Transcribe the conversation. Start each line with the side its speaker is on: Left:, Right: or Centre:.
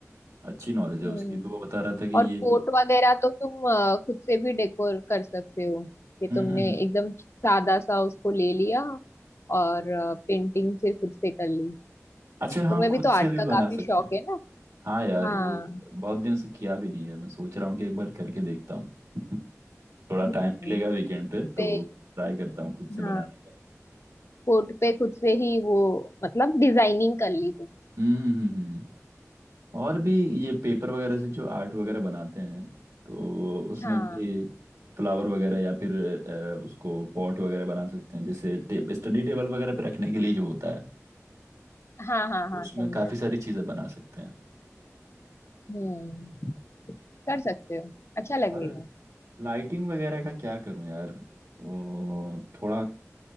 Right: अच्छी नॉलेज
Left: हम्म
Right: है उसकी तो वो बता रहा था कि
Left: और कोट
Right: ये जो
Left: वगैरह तो तुम अ, खुद से भी डेकोर कर सकते हो कि
Right: हम्म
Left: तुमने
Right: हम्म हम्म
Left: एकदम सादा सा उसको ले लिया और पेंटिंग फिर खुद से कर ली
Right: अच्छा हाँ
Left: तुम्हें
Right: खुद
Left: भी तो आर्ट
Right: से भी
Left: का
Right: बना
Left: काफी
Right: सकते
Left: शौक
Right: हैं
Left: है ना
Right: हाँ यार
Left: हाँ
Right: वो बहुत दिन से किया भी नहीं है मैं सोच रहा हूँ कि एक बार करके देखता हूँ <laughs> थोड़ा
Left: हम्म
Right: टाइम मिलेगा वीकेंड पे तो
Left: पे
Right: ट्राई करता हूँ खुद से बनाने
Left: हाँ
Right: का
Left: कोट पे खुद से ही वो मतलब डिजाइनिंग कर ली तुम
Right: हम्म हम्म हम्म हम्म। हम्म। और भी ये पेपर वगैरह से जो आर्ट वगैरह बनाते हैं तो उसमें
Left: हाँ
Right: भी फ्लावर वगैरह या फिर अ, उसको पॉट वगैरह बना सकते हैं जैसे टे, स्टडी टेबल वगैरह पे रखने के लिए जो होता है
Left: हाँ हाँ हाँ
Right: उसमें
Left: समझा
Right: काफी सारी चीजें बना सकते हैं
Left: हम्म कर सकते हो अच्छा लगेगा
Right: और लाइटिंग वगैरह का क्या करूं यार वो थोड़ा